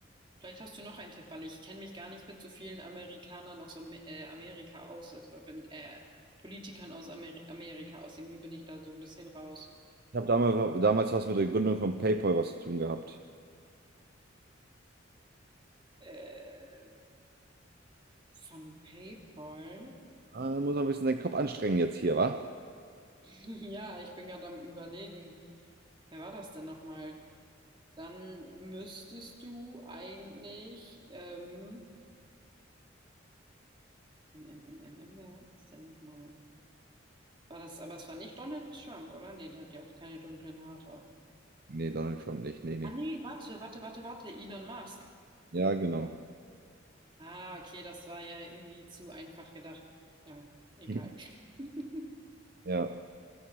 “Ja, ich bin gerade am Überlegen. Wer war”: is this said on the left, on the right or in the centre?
Right